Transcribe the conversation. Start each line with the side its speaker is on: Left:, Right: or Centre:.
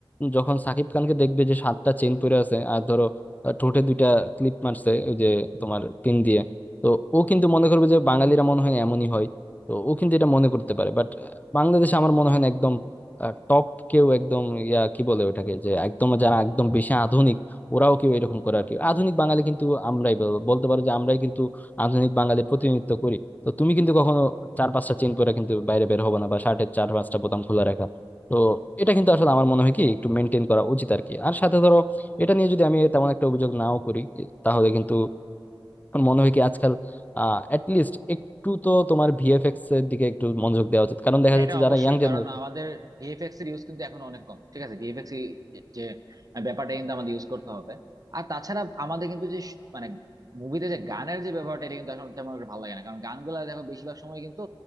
Left: যখন সাকিব খানকে দেখবে যে সাতটা চেইন পরে আছে আর ধরো আহ, ঠোঁটে দুইটা ক্লিপ মারছে ওই যে তোমার পিন দিয়ে তো ও কিন্তু মনে করবে যে বাঙালিরা মনে হয় এমনই হয় তো ও কিন্তু এটা মনে করতে পারে বাট বাংলাদেশে আমার মনে হয় না একদম টপ কেউ একদম ইয়া কি বলে ওটাকে যে একদম যারা একদম বেশি আধুনিক ওরাও কেউ এরকম করে আর কি আধুনিক বাঙালি কিন্তু আমরাই বল- বলতে পারো যে আমরাই কিন্তু আধুনিক বাঙালির প্রতিনিধিত্ব করি তো তুমি কিন্তু কখনো চার পাঁচটা চেন পরে কিন্তু বাইরে বের হবে না বা শার্টের চার পাঁচটা বোতাম খোলা রাখা তো এটা কিন্তু আসলে আমার মনে হয় কি একটু মেনটেন করা উচিত আর কি আর সাথে ধরো এটা নিয়ে যদি আমি তেমন একটা অভিযোগ নাও করি এ, তাহলে কিন্তু আমার মনে হয় কি আজকাল আহ লিস্ট একটু তো তোমার ভিএফএক্স এর দিকে একটু মনোযোগ দেওয়া উচিত কারণ দেখা
Right: হ্যাঁ
Left: যাচ্ছে
Right: এটা
Left: যারা
Right: অবশ্যই
Left: ইয়াং জেনারেশন
Right: কারণ আমাদের ভিএফএক্স এর ইউজ কিন্তু এখন অনেক কম ঠিক আছে ভিএফএক্স যে ব্যাপারটা কিন্তু আমাদের ইউজ করতে হবে আর তাছাড়া আমাদের কিন্তু যে শ- মানে মুভিতে যে গানের যে ব্যাপারটা এটা কিন্তু আসলে তেমন একটা ভালো লাগে না কারণ গানগুলা দেখো বেশিরভাগ সময় কিন্তু